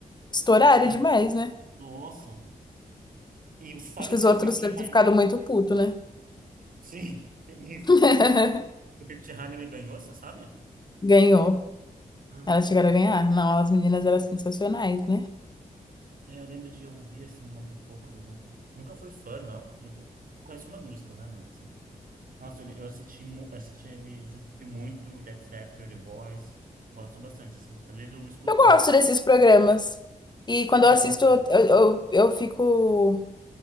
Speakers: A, on the left; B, on the right.
A: estouraram
B: Sim.
A: demais, né?
B: Nossa. E você sabe
A: Acho que os
B: se
A: outros
B: a Fifty
A: devem ter
B: Harmony...
A: ficado muito puto, né?
B: <laughs> Sim, tem isso.
A: <laughs>
B: A Fifty Harmony ganhou, você sabe?
A: Ganhou.
B: Hum,
A: Elas chegaram a ganhar? Não, as meninas eram sensacionais, né?
B: é, eu lembro de ouvir assim uma, um pouco, mas eu nunca, nunca fui fã, não. Nunca. Eu conheço umas músicas, né, mano assim. Nossa, eu, eu assisti, mu- assisti, assisti muito The X Factor, The Voice. Gosto bastante, assim. Às vezes eu escuto
A: Eu gosto
B: um.
A: desses programas. E quando
B: Eu
A: eu assisto,
B: gosto
A: eu, eu, eu eu fico.